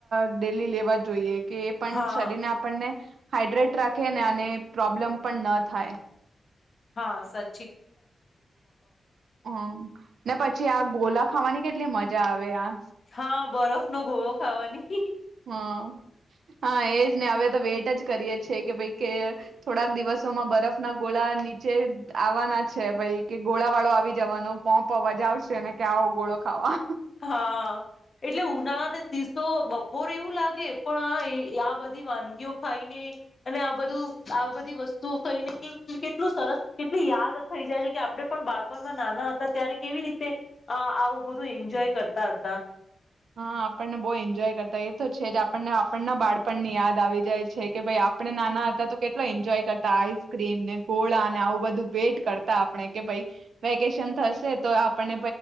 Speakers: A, on the right; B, on the left.
A: ડેલી લેવા જોઈએ. કે એ પણ
B: હા
A: શરીર ને આપણને હાઇડ્રેટ રાખે અને ને પ્રોબ્લેમ પણ ન થાય.
B: હા સાચ
A: હમ્મ ને પછી આ ગોલા ખાવાની કેટલી મજા આવે આ.
B: હા બરફ નો ઘોળો. ખાવાની.
A: હા હા એજ ને હવે તો વેટ જ કરીએ છે કે ભાઈ કે થોડાક દિવસોમાં બરફ ના ગોળા નીચે આવવાના છે ભાઈ કે ગોળા વાળો આવી જવાનો પોંપ અવાજ આવશે ને કે આવો ગોળો ખાવા.
B: હા એટલે ઉનાળાને દિસો બપોર એવું લાગે પણ આ બધી વાનગીઓ ખાઈને અને આ બધું આ બધી વસ્તુઓ ખાઈને કેટલું સરસ કેટલી યાદ થઈ જાય છે કે આપડણે પણ બાળપણમાં નાના હતા ત્યારે કેવી રીતે આવું બધું એન જોય કરતા હતા.
A: હા આપણને બહુ એન્જોય કરતા એ તો છે જ આપણને આપણના બાળકો આપણને યાદ આવી જાય છે કે ભાઈ આપણે નાના હતા તો કેટલો એન્જોય કરતા આવી ક્રીમ ને ગોળા ને આવ બધુ વેટ કરતા આપણે કે ભઈ વેકેશન થશે તો આપણ